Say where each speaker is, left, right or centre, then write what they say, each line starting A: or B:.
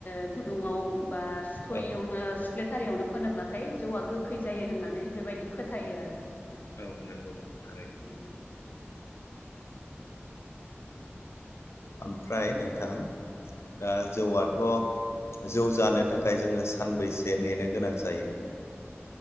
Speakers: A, on the left (about 45°); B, on the left (about 80°).
A: ओ-गुदुङाव ओ- बा सुथयियावनो
B: औ
A: सिख्लेथारियावनो, फोनोब्लाथाय जौआ गोखै जायो होननानै बेबायदि फोथायो आरो।
B: औ नंगौ थारैनो
A: औ नोंथां।
B: आमफ्राय नोंथां दा जौआथ' जौ जानो थाखाय जोङो सानबैसे नेनो गोनां जायो?